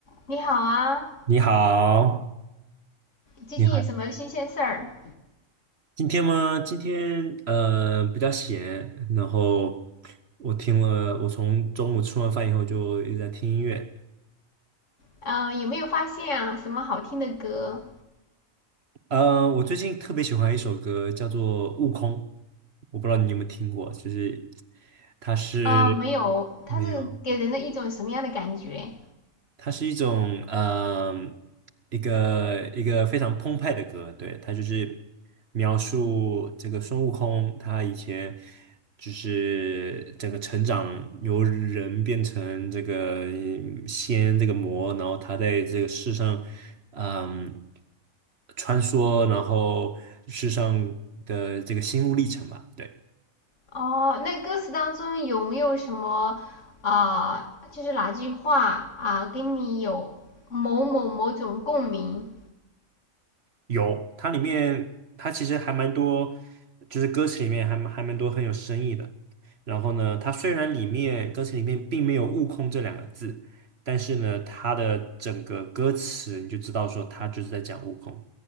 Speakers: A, on the left; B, on the right.
A: 你好啊，
B: 你好，
A: 最近有什么新鲜事儿？
B: 你好，今天吗？今天呃比较闲，然后我听了，我从中午吃完饭以后就一直在听音乐。
A: 嗯，有没有发现啊，什么好听的歌？
B: 呃，我最近特别喜欢一首歌，叫做《悟空》，我不知道你有没有听过，就是它是
A: 嗯，没有，
B: 没有，
A: 它是给人的一种什么样的感觉？
B: 它是一种嗯、一个一个非常澎湃的歌，对，它就是描述这个孙悟空他以前就是整个成长由人变成这个嗯仙这个魔，然后他在这个世上嗯穿梭，然后世上的这个心路历程吧，对。
A: 哦，那歌词当中有没有什么啊、就是哪句话啊，跟你有某某某种共鸣？
B: 有，它里面它其实还蛮多，就是歌词里面还蛮还蛮多很有深意的。然后呢，它虽然里面歌词里面并没有“悟空”这两个字，但是呢，它的整个歌词你就知道说它就是在讲悟空。